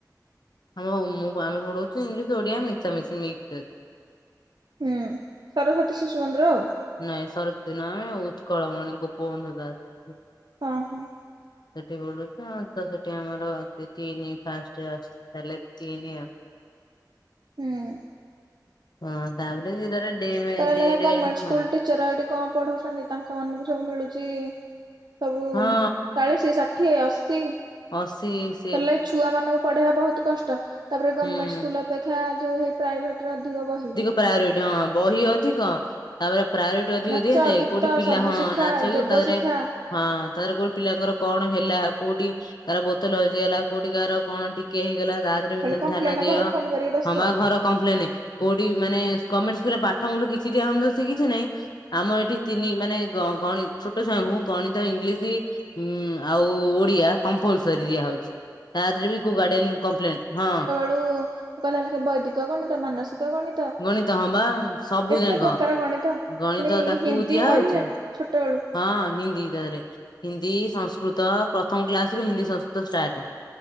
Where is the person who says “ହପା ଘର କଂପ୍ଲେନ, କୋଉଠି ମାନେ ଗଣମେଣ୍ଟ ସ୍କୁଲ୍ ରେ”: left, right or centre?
Left